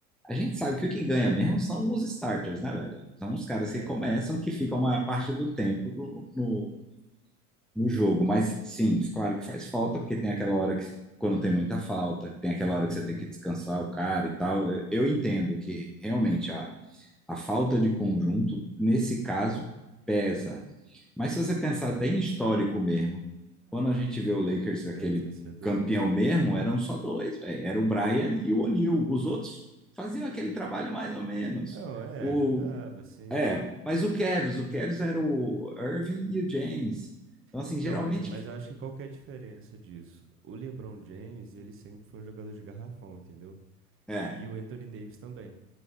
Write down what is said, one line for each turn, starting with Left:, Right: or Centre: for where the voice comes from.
Centre: a gente sabe que o que ganha mesmo são os starters, né, velho? São os caras que
Right: É,
Centre: começam, que ficam a maior parte do tempo do- no, no jogo. Mas sim, claro que faz falta, porque tem aquela hora que, quando tem muita falta, tem aquela hora que você tem que descansar o cara e tal. Eu, eu entendo que realmente a, a falta de conjunto, nesse caso, pesa. Mas se você pensar
Right: é.
Centre: até em histórico mesmo, quando a gente vê o Lakers,
Right: Os grandes
Centre: aquele
Right: vencedores.
Centre: campeão mesmo, eram só dois, velho. Era o Bryant e o O'Neal. Os outros faziam aquele trabalho mais ou menos.
Right: Não, é,
Centre: O,
Right: ajudava, assim.
Centre: é, mas o Cavs, o Cavs era o Irving e o James. Então, assim,
Right: Então,
Centre: geralmente...
Right: mas, mas eu acho que qual que é a diferença disso? O LeBron James, ele sempre foi um jogador de garrafão, entendeu?
Centre: É,
Right: E o Anthony Davis também.